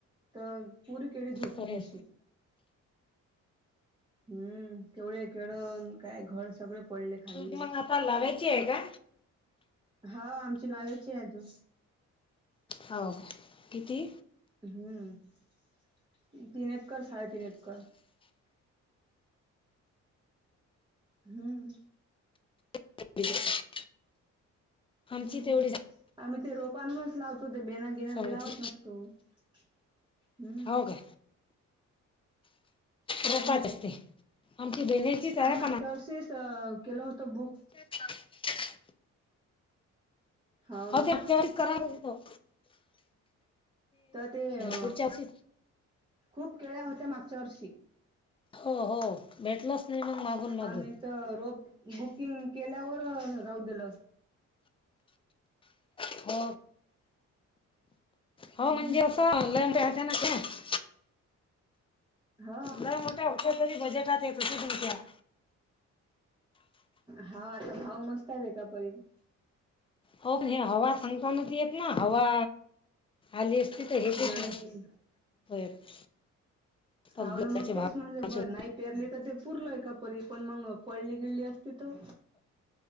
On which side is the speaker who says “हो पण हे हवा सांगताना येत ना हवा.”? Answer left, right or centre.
Left